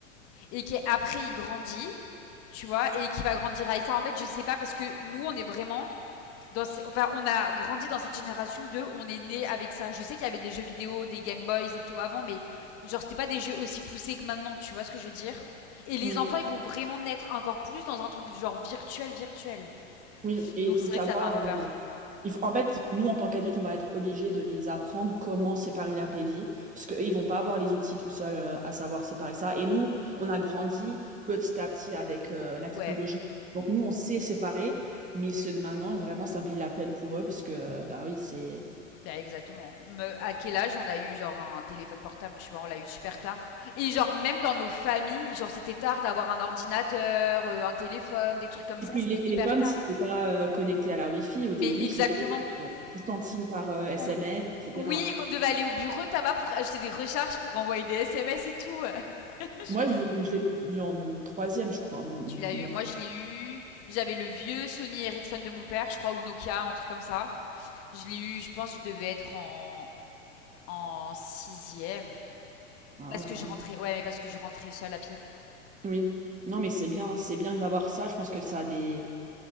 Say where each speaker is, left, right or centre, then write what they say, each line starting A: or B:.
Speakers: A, on the left; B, on the right.
A: et qu'après il grandit, tu vois, et qui va grandir avec ça. En fait, je sais pas parce que nous, on est vraiment dans ces- enfin, on a grandi dans cette génération de on est né avec ça. Je sais qu'il y avait des jeux vidéo, des Game Boys et tout avant, mais genre c'était pas des jeux aussi poussés que maintenant, tu vois ce que je veux dire Et les
B: Oui,
A: enfants, ils vont vraiment naître encore plus dans un truc genre virtuel, virtuel.
B: oui, et
A: Donc
B: il faut
A: c'est
B: savoir,
A: vrai que ça fait un peu
B: euh,
A: peur.
B: il faut- en fait, nous en tant qu'adultes, on va être obligés de les apprendre comment séparer la vraie vie, parce qu'eux, ils vont pas avoir les outils tout seuls euh, à savoir séparer ça. Et nous, on a grandi petit à petit avec euh, la
A: Ouais,
B: technologie. Donc nous, on sait séparer, mais ceux de maintenant, vraiment, ça me fait de la peine pour eux, parce que, euh, bah oui, c'est...
A: bah exactement. Me- à quel âge on a eu genre un téléphone portable, tu vois, on l'a eu super tard. Et genre même dans nos familles, genre c'était tard d'avoir un ordinateur, euh, un téléphone, des trucs comme ça,
B: Et puis
A: c'était
B: les téléphones,
A: hyper tard.
B: c'était pas euh, connecté à la Wi-Fi. Au début,
A: Mais exactement.
B: c'était euh, 10 centimes par euh, SMS,
A: On,
B: etc.
A: Oui, on devait aller au bureau tabac pour acheter des recharges, pour envoyer des SMS et tout. <laughs> Je
B: Moi,
A: me
B: je l'ai je l'ai eu en troisième, je crois, mon, mon
A: tu l'as eu Moi,
B: bac.
A: je l'ai eu. J'avais le vieux Sony Ericsson de mon père, je crois, ou Nokia, un truc comme ça. Je l'ai eu, je pense, que je devais être en en sixième.
B: Ah
A: Parce
B: ouais,
A: que
B: quand
A: je
B: même.
A: rentrais, ouais, mais parce que je rentrais seule à pied.
B: Oui. Non, mais c'est bien, c'est bien d'avoir ça. Je pense que ça a des,